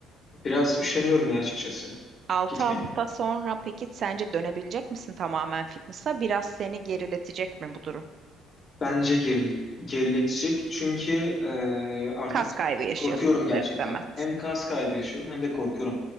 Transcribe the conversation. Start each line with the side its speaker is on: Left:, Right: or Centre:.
Left: Biraz üşeniyorum ya açıkçası
Right: 6
Left: gitmeye.
Right: hafta sonra peki sence dönebilecek misin tamamen fitness'a? Biraz seni geriletecek mi bu durum?
Left: Bence geril, geriletecek. Çünkü e, artık
Right: Kas kaybı yaşıyorsun
Left: korkuyorum
Right: ister
Left: gerçekten.
Right: istemez.
Left: Hem kas kaybı yaşıyorum hem de korkuyorum.